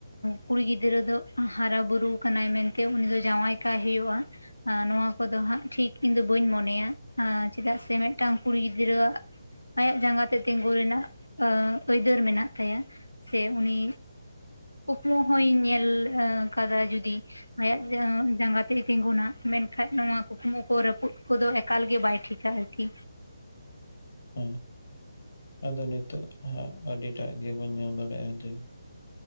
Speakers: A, on the left; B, on the left.
A: ᱠᱩᱲᱤ ᱜᱤᱫᱽᱨᱟᱹ ᱫᱚ ᱦᱟᱨᱟ ᱵᱩᱨᱩ ᱠᱟᱱᱟᱭ ᱢᱮᱱᱛᱮ ᱩᱱᱤ ᱫᱚ ᱡᱟᱶᱟᱭ ᱠᱟᱭ ᱦᱩᱭᱩᱜᱼᱟ ᱱᱚᱣᱟ ᱠᱚᱫᱚ ᱦᱟᱸᱜ ᱴᱷᱤᱠ ᱤᱧ ᱫᱚ ᱵᱟᱹᱧ ᱢᱚᱱᱮᱭᱟ ᱪᱮᱫᱟᱜ ᱥᱮ ᱢᱮᱫᱴᱟᱝ ᱠᱩᱲᱤ ᱜᱤᱫᱽᱨᱟᱹᱣᱟᱜ ᱟᱭᱟᱜ ᱡᱟᱸᱜᱟ ᱛᱮ ᱛᱤᱸᱜᱳ ᱨᱮᱱᱟᱜ ᱟᱹᱭᱫᱟᱹᱨ ᱢᱮᱱᱟᱜ ᱛᱟᱭᱟ ᱥᱮ ᱩᱱᱤ ᱠᱩᱠᱢᱩ ᱦᱚᱭᱧ ᱧᱮᱞ ᱮ ᱠᱟᱫᱟ ᱡᱩᱫᱤ ᱟᱭᱟᱜ ᱡᱟᱸᱜᱟ ᱛᱮᱭ ᱛᱤᱸᱜᱩᱱᱟ ᱢᱮᱱᱠᱷᱡ ᱱᱚᱣᱟ ᱠᱩᱠᱢᱩ ᱠᱚ ᱨᱟᱹᱯᱩᱫ ᱠᱚᱫᱚ ᱮᱠᱟᱞᱜᱮ ᱵᱟᱭ ᱴᱷᱤᱠ, <unintelligible> ᱟᱨᱠᱤ,
B: ᱦᱩᱸ, ᱟᱫᱚ ᱱᱤᱛᱚᱜ ᱦᱟᱸᱜ ᱟᱹᱰᱤ ᱴᱟᱝ ᱜᱮᱵᱚᱱ ᱧᱮᱞ ᱫᱟᱲᱮᱭᱟᱜᱼᱟ ᱡᱮ